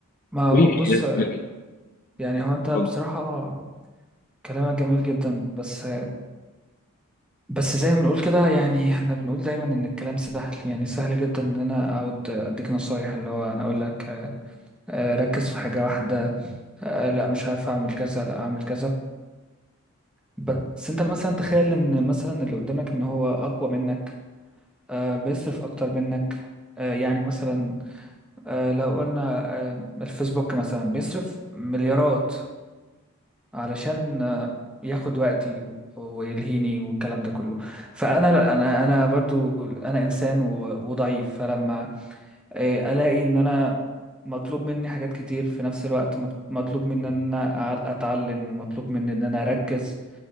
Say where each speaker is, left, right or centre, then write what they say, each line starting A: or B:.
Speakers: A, in the centre; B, on the left (about 40°).
A: ما هو
B: وي
A: بص
B: لا
A: يعني هو انت بصراحة
B: اتفضل.
A: كلامك جميل جدا بس بس زي ما بنقول كده يعني احنا بنقول دايما ان الكلام سهل يعني سهل جدا ان انا اقعد اديك نصايح اللي هو انا اقول لك آه، آه، ركز في حاجة واحدة آه، لا مش عارف اعمل كذا لا اعمل كذا بس انت مثلا تخيل ان مثلا اللي قدامك ان هو اقوى منك آه، بيصرف اكتر منك آه، يعني مثلا آه، لو قلنا آه، الفيسبوك مثلا بيصرف مليارات علشان آه، ياخد وقتي ويلهيني والكلام ده كله فانا لا، انا انا برضو انا انسان و- وضعيف فلما آه، الاقي ان انا مطلوب مني حاجات كتير في نفس الوقت مط- مطلوب مني ان انا أع- اتعلم ومطلوب مني ان انا اركز